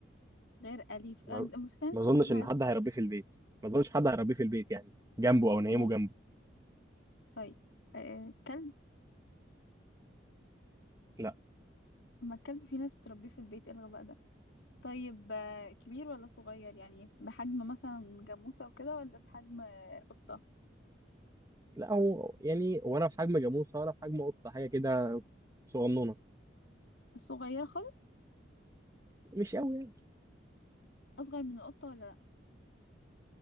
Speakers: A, on the left; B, on the right.
A: غير أليف
B: ما
A: آه، المشكلة إن
B: ما
A: أنت
B: أظنش
A: بتجيب حاجات
B: إن حد
A: صعبة
B: هيربيه في البيت ما أظنش حد هيربيه في البيت يعني جنبه أو نيمه
A: ماشي
B: جنبه
A: طيب آه كلب
B: لا
A: ما الكلب في ناس بتربيه في البيت إيه الغباء ده طيب آه كبير ولا صغير يعني بحجم مثلا جاموسة وكده ولا بحجم آه قطة
B: لا هو يعني ولا في حجم جاموسة ولا في حجم قطة حاجة كده صغنونة
A: صغيرة خالص
B: مش قوي يعني
A: أصغر من القطة ولا لأ